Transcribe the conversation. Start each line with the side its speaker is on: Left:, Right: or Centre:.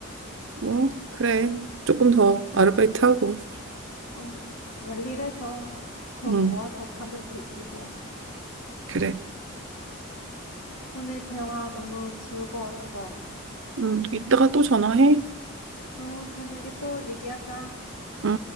Right: 뭐, 그래. 조금 더 아르바이트 하고.
Left: 어, 열일해서 돈
Right: 응,
Left: 모아서 가면 되지 뭐.
Right: 그래.
Left: 음. 오늘 대화 너무 즐거웠어.
Right: 응, 이따가 또 전화해.
Left: 어, 저녁에 또 얘기하자.
Right: 응.